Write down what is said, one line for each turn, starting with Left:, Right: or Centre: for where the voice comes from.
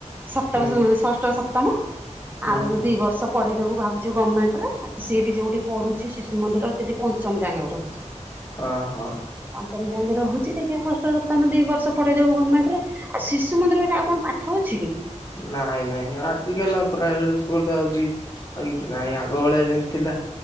Right: ସପ୍ତମ
Left: ହୁଁ
Right: ଷଷ୍ଠ ସପ୍ତମ
Left: ହୁଁ
Right: ଆଉ
Left: ହୁଁ
Right: ଦିବର୍ଷ ପଢେଇଦବୁ ଭାବୁଚୁ ଗଭର୍ଣ୍ଣମେଣ୍ଟରେ ଆ ସିଏବି ଯୋଉଠି ପଢୁଛି ଶିଶୁ ମନ୍ଦିର ସେଠି ପଞ୍ଚମ ଜାଙ୍ଗ ରହୁଚି।
Left: ଅଁ ହଁ।
Right: ପଞ୍ଚମ ଯାଙ୍ଗେ ରହୁଚି ଦେଖିଆ ଷଷ୍ଠ ସପ୍ତମ ଦିବର୍ଷ ପଢେଇ ଦବୁ ଗର୍ଣ୍ଣମେଣ୍ଟରେ ଆଉ ଶିଶୁ ମନ୍ଦିରରେ ଆଉ କଣ ପାଠ ଅଛିକି।
Left: ନାଇଁ ନାଇଁ ଆଜିକାଲି ପ୍ରାଇଭେଟ ସ୍କୁଲରେ ଆଉବି ଆଉ କିଛି ନାହିଁ ଆଗ ଭଳିଆ ଯେମତି ଥିଲା